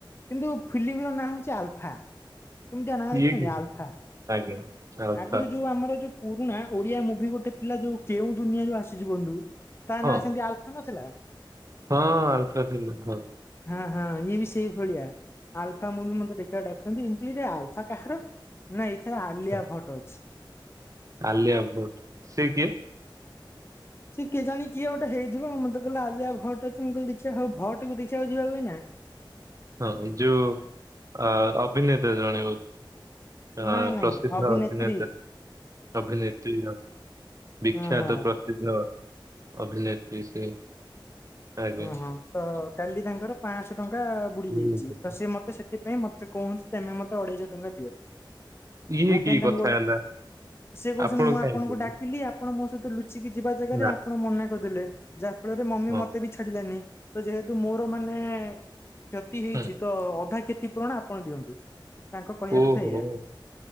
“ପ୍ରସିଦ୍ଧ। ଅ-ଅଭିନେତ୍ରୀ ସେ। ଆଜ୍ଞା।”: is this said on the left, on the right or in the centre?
Right